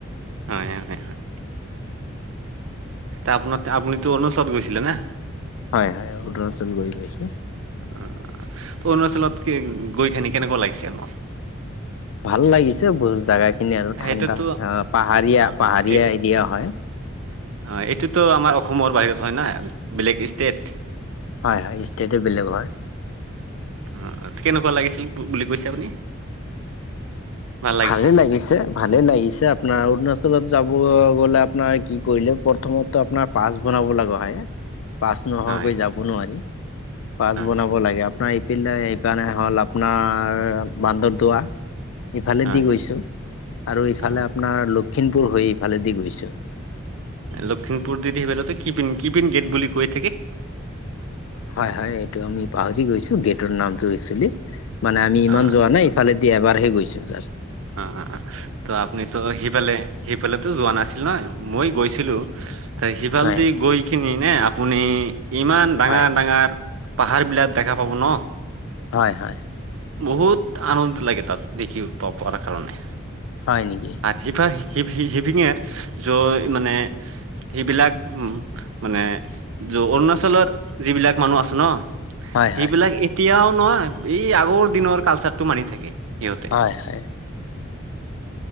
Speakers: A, on the right; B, on the left.
A: হয়'-হয়'-হয়'। আপোনা আপুনি তো অৰুণাচলত গৈছিলে না?
B: হয়'-হয়', অৰুণাচল গৈ পাইছো।
A: অৰুণাচলত কি গৈখিনি কেনেকুৱা লাগিছে মন?
B: ভাল লাগিছে বহু জাগা খিনি আৰু ঠাণ্ডা
A: সেইটোতো
B: অ, পাহাৰীয়া
A: অ
B: পাহাৰীয়া
A: এইটো
B: এৰিয়া হয়।
A: অ', এইটোতো আমাৰ অসমৰ বাহিৰত হয় না বেলেগ ষ্টেট?
B: হয়'-হয়', ষ্টেট বেলেগ হয়।
A: অ', কেনেকুৱা লাগিছিল বুলি কৈছে আপুনি? ভাল লাগিছে
B: ভালে লাগিছে-ভালে লাগিছে আপোনাৰ অৰুণাচল যাব গলে আপোনাৰ কি কৰিলে প্ৰথমো আপোনাৰ পাছ বনাব লগা হয়। পাছ নোহোৱাকৈ
A: হয়
B: যাব নোৱাৰি। পাছ
A: হয়
B: বনাব লাগে আপোনাৰ পাই এইপিনে হ'ল আপোনাৰ বান্দৰদোৱা। ইফালেদি
A: হয়
B: গৈছো আৰু ইফালে
A: অ
B: আপোনাৰ লখিমপুৰ হৈ ইফালেদি গৈছো।
A: লখিমপুৰ দি-দি গলেটো কিপিন-কিপিন গেট বুলি কয়?
B: হয়'-হয়', এইটো আমি পাহৰি গৈছো। গেটৰ নামটো একচেলি মানে আমি ইমান
A: অ
B: যোৱা নাই ইফালে দি এবাৰহে গৈছো যাষ্ট।
A: অ'-অ', ত আপুনিতো সিফালে, সিফালে তো যোৱা নাছিল নহয়? মই গৈছিলোঁ ত সিফাল
B: হয়,
A: দি গৈখিনি নে আপুনি ইমান ডাঙৰ-ডাঙৰ
B: হয়,
A: পাহাৰ বিলাক দেখা পাব ন?
B: হয়, হয়,
A: বহুত আনন্দ লাগে তাত দেখি প পোৱাৰ কাৰণে
B: হয় নেকি?
A: পাহি-পাহি সি-সি সিপিনে যয় মানে সেইবিলাক উম, মানে অৰুণাচলৰ যিবিলাক মানুহ আছে ন?
B: হয়,
A: সেইবিলাক
B: হয়,
A: এতিয়াও নহয় এই আগৰ দিনৰ কালচাৰটো মানি থাকে সিহঁতে
B: হয় হয়